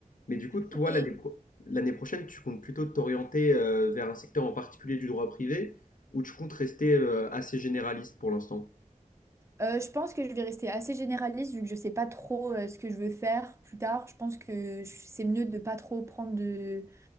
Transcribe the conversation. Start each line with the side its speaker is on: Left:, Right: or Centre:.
Left: Mais du coup, toi,
Right: Oui.
Left: l'année pro- l'année prochaine, tu comptes plutôt t'orienter euh, vers un secteur en particulier du droit privé ou tu comptes rester euh, assez généraliste pour l'instant
Right: Euh, je pense que je vais rester assez généraliste vu que je sais pas trop euh, ce que je veux faire plus tard. Je pense que je- c'est mieux de pas trop prendre de,